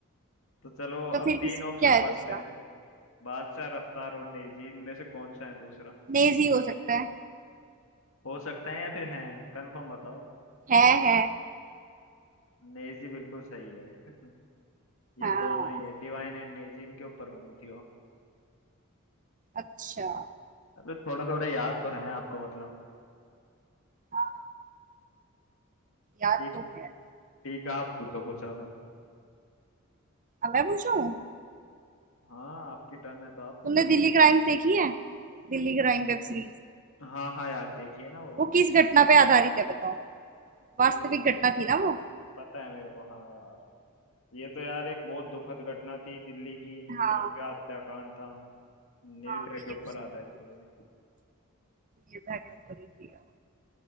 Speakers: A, on the left; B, on the right.
A: तो चलो
B: तो फिर
A: अब तीन
B: किस
A: ऑप्शन
B: क्या है
A: बचते
B: दूसरा
A: हैं बादशाह रफ्तार और नेजी इनमें से कौन सा है दूसरा
B: लेजी हो सकता है
A: हो सकता है या फिर है कंफर्म बताओ
B: है है
A: नेजी बिल्कुल सही है <laughs> ये
B: हाँ
A: दोनों ही है डिवाइन एंड नेजी इनके ऊपर बनी थी वो
B: अच्छा
A: अबे थोड़ा थोड़ा याद तो है आपको मतलब
B: हाँ याद
A: ठीक
B: तो है
A: ठीक आप पूछो कुछ अब
B: अब मैं पूछूं
A: हाँ आपकी टर्न है तो आप पूछोगे
B: तुमने दिल्ली क्राइम देखी है Delhi crime web series
A: हाँ हाँ यार देखिए ना वो
B: वो किस घटना पे आधारित है बताओ वास्तविक
A: यार ये तो
B: घटना
A: पता
B: थी ना
A: है
B: वो
A: पता है मेरे को हाँ यार ये तो यार एक बहुत दुखद घटना थी दिल्ली की
B: हाँ
A: निर्भया हत्याकांड था निर्भया
B: हाँ
A: के
B: ये
A: ऊपर
B: उसी
A: आधारित
B: की थी
A: है ये
B: निर्भया के ऊपर ही थी हाँ